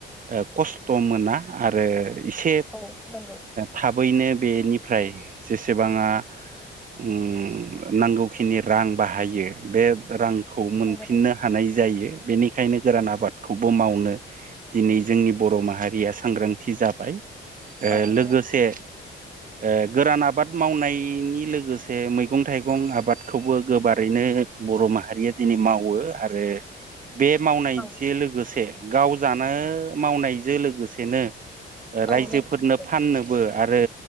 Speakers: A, on the right; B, in the centre.
A: ओ कस्त' मोना आरो इसे
B: औ नंगौ
A: थाब बैनो बेनिफ्राय जेसेबाङा उम नांगौखिनि रां बाहायो बे रांखौ मोनफिननो
B: नंगौ नोंथां
A: हानाय जायो। बेनि खायनो गोरान
B: औ
A: आबादखौबो मावनो दिनै जोंनि बर' माहारिया सांग्रांथि जाबाय। ओ
B: औ नंगौ
A: लोगोसे ओ गोरान आबाद मावनायनि लोगोसे मै गं थाइगं आबादखौबो गोबारैनो बर' माहारिया दिनै मावो आरो बे मावनायजे
B: औ
A: लोगोसे गाव जानो मावनायजो लोगोसेनो ओ
B: औ
A: रायजोफोरनो
B: नंगौ
A: फाननोबो आरो